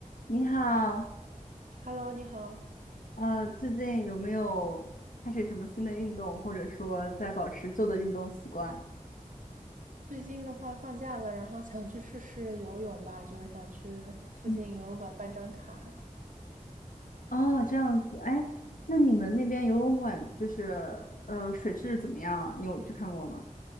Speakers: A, on the left; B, on the right.
A: 你好，
B: Hello，你好。
A: 呃，最近有没有开始什么新的运动，或者说在保持旧的运动习惯？
B: 最近的话放假了，然后想去试试游泳吧，就是想去附近游泳馆办张卡。
A: 嗯哦，这样子，哎，那你们那边游泳馆就是呃水质怎么样啊？你有去看过吗？